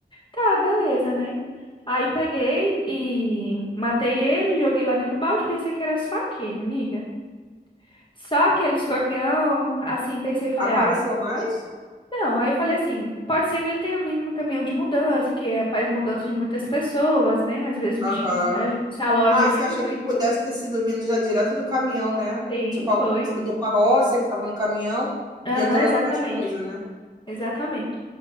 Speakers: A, on the left; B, on the right.
A: Tá, beleza, né? Aí peguei e matei ele, joguei lá dentro do balde, pensei que era só aquele, amiga. Só aquele escorpião, assim, pensei e falei,
B: Apareceu
A: ah,
B: mais?
A: não. Aí eu falei assim, pode ser que ele tenha vindo no caminhão de mudança, que é- faz mudança de muitas pessoas, né? Às vezes o bichinho
B: Aham.
A: se aj- se aloja
B: Ah,
A: ali
B: você achou
A: no meio.
B: que pudesse ter sido vindo já direto do caminhão, né?
A: Sim,
B: Tipo, alguém
A: foi.
B: se mudou com a roça, ele estava no caminhão
A: Aham,
B: e entrou
A: exatamente.
B: nas suas coisas, né?
A: Exatamente.